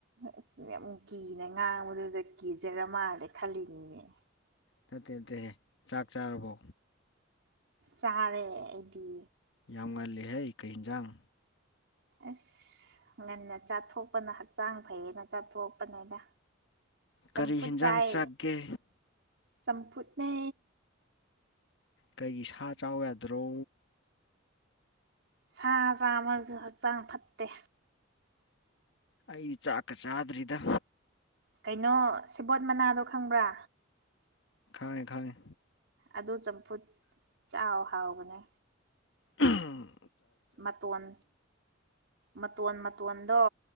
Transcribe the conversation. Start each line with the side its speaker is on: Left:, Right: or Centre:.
Right: ꯑꯁ ꯌꯥꯝ ꯀꯤꯅ ꯉꯥꯡꯕꯗꯨꯗ ꯀꯤꯖꯔ ꯃꯥꯜꯂꯦ ꯈꯜꯂꯤꯅꯤꯅꯦ꯫
Left: ꯅꯠꯇꯦ ꯅꯠꯇꯦꯍꯦ ꯆꯥꯛ ꯆꯥꯔꯕꯣ꯫
Right: ꯆꯥꯔꯦ ꯑꯩꯗꯤ
Left: ꯌꯥꯝ ꯉꯜꯂꯤꯍꯩ ꯀꯩ ꯌꯦꯟꯖꯥꯡ
Right: ꯑꯁ ꯉꯟꯅ ꯆꯥꯊꯣꯛꯄꯅ ꯍꯛꯆꯥꯡ ꯐꯩꯌꯦꯅ ꯆꯥꯊꯣꯛꯄꯅꯤꯅ꯫ ꯆꯝꯄꯨ
Left: ꯀꯔꯤ ꯍꯤꯟꯖꯥꯡ
Right: ꯆꯥꯏ
Left: ꯆꯥꯒꯦ
Right: ꯆꯝꯄꯨꯅꯦ꯫
Left: ꯀꯩꯒꯤ ꯁꯥ ꯆꯥꯎ ꯌꯥꯗ꯭ꯔꯣ꯫
Right: ꯁꯥ ꯆꯥꯕꯁꯨ ꯍꯛꯆꯥꯡ ꯐꯠꯇꯦ꯫
Left: ꯑꯩ ꯆꯥꯛꯀ ꯆꯥꯗ꯭ꯔꯤꯗ꯫
Right: ꯀꯩꯅꯣ ꯁꯦꯕꯣꯠ ꯃꯅꯥꯗꯣ ꯈꯪꯕ꯭ꯔꯥ꯫
Left: ꯈꯪꯉꯦ ꯈꯪꯉꯦ꯫
Right: ꯑꯗꯨ ꯆꯝꯐꯨꯠ ꯆꯥꯎ ꯍꯥꯎꯕꯅꯦ꯫
Left: ꯎꯝ
Right: ꯃꯇꯣꯟ ꯃꯇꯣꯟ ꯃꯇꯣꯟꯗꯣ꯫